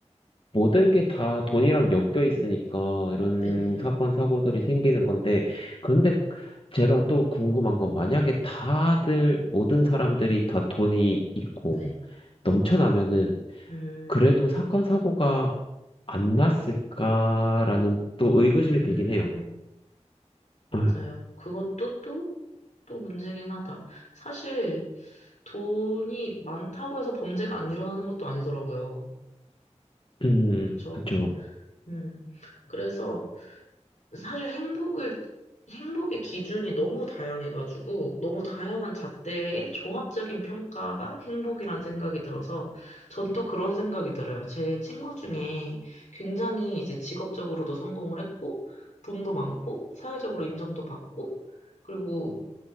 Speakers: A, on the left (about 50°); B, on the left (about 85°).
A: 모든 게 다 돈이랑 엮여 있으니까
B: 음,
A: 이런
B: 네네.
A: 사건, 사고들이 생기는 건데, 그런데
B: 음,
A: 제가 또 궁금한 건 만약에 다들, 모든 사람들이 다 돈이 있고
B: 네.
A: 넘쳐나면은
B: 음,
A: 그래도 사건, 사고가 안 났을까라는 또 의구심이
B: 음,
A: 들긴 해요.
B: 맞아요.
A: <clears throat> 음,
B: 그것도 또, 또 문제긴 하다. 사실 돈이 많다고 해서 범죄가 안 일어나는 것도 아니더라고요.
A: 음,
B: 그쵸?
A: 그쵸.
B: 음. 그래서 사실 행복을, 행복의 기준이 너무 다양해가지고, 너무 다양한 잣대의 종합적인 평가가 행복이란 생각이 들어서, 전 또 그런 생각이 들어요. 제 친구 중에 굉장히 이제 직업적으로도 성공을 했고, 돈도 많고, 사회적으로 인정도 받고, 그리고